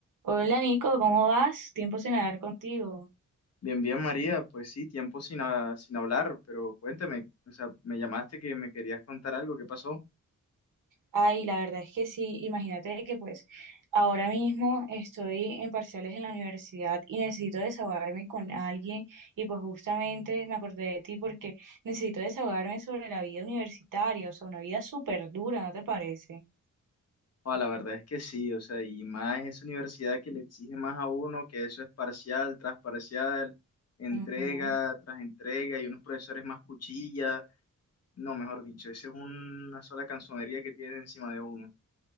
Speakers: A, on the right (about 80°); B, on the left (about 50°).
A: Hola Nico, ¿cómo vas? Tiempo sin hablar contigo.
B: Bien, bien, María, pues sí, tiempo sin, ha- sin hablar, pero cuéntame, o sea, me llamaste que me querías contar algo, ¿qué pasó?
A: Ay, la verdad es que sí, imagínate que pues ahora mismo estoy en parciales en la universidad y necesito desahogarme con alguien y pues justamente me acordé de ti porque necesito desahogarme sobre la vida universitaria, o sea, una vida súper dura, ¿no te parece?
B: Ah, la verdad es que sí, o sea, y más esa universidad que le exige más a uno, que eso es parcial, tras parcial, entrega,
A: Ujú.
B: tras entrega, y unos profesores más cuchilla, no, mejor dicho, esa es una sola canzonería que tiene encima de uno.